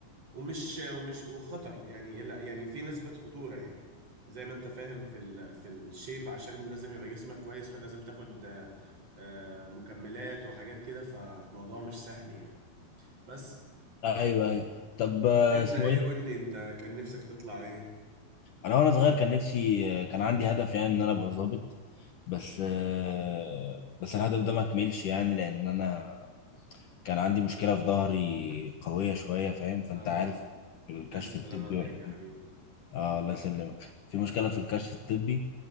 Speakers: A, on the right (about 35°); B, on the left (about 60°).
A: ومش ومش وخطر يعني إيه، لا يعني في نسبه خطوره يعني زي ما انت فاهم في ال في الشيب عشان لازم يبقى جسمك كويس فلازم تاخد آه، آه، مكملات وحاجات كده فالموضوع مش سهل يعني بس
B: ايوه ايوه طب آه،
A: انت
B: اسمه
A: ايه
B: ايه ده
A: قول لي انت كان نفسك تطلع ايه
B: انا وانا صغير كان نفسي آه، كان عندي هدف يعني ان انا ابقى ظابط بس آه، بس الهدف ده ما كملش يعني لان انا كان عندي مشكلة في ظهري قوية شوية فاهم فانت
A: اه
B: عارف الكشف
A: الف سلامة
B: الطبي
A: عليك
B: ولا
A: يا حبيبي
B: اه الله يسلمك في مشكله في الكشف الطبي